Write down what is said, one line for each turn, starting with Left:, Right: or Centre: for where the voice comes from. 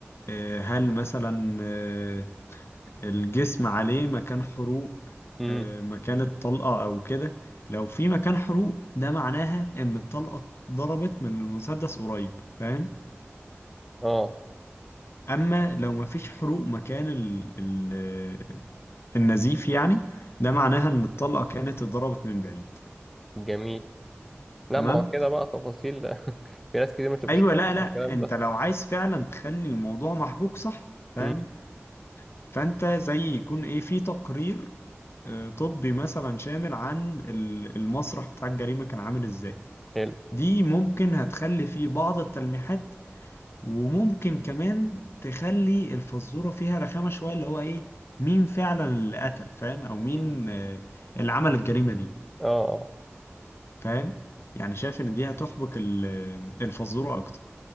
Left: آه، هل مثلا آه، الجسم عليه مكان حروق
Centre: امم
Left: آه، مكان الطلقة أو كده لو في مكان حروق ده معناها إن الطلقة ضربت من المسدس قريب فاهم
Centre: اه
Left: أما لو مفيش حروق مكان ال ال النزيف يعني ده معناها إن الطلقة كانت اتضربت من بعيد
Centre: جميل لا
Left: تمام
Centre: ما هو كده بقى تفاصيل <laughs> في ناس كتير مش
Left: أيوة
Centre: مش
Left: لا
Centre: فاهمة
Left: لا
Centre: الكلام
Left: أنت
Centre: ده
Left: لو عايز فعلا تخلي الموضوع محبوك صح فاهم
Centre: مم.
Left: فأنت زي يكون إيه في تقرير آه، طبي مثلا شامل عن ال- المسرح بتاع الجريمة كان عامل إزاي
Centre: حلو
Left: دي ممكن هتخلي فيه بعض التلميحات وممكن كمان تخلي الفزورة فيها رخامة شوية اللي هو ايه مين فعلا اللي قتل فاهم او مين
Centre: مم.
Left: آه، اللي عمل الجريمة دي
Centre: اه آه.
Left: فاهم يعني شايف ان دي هتحبك ال- الفزورة اكتر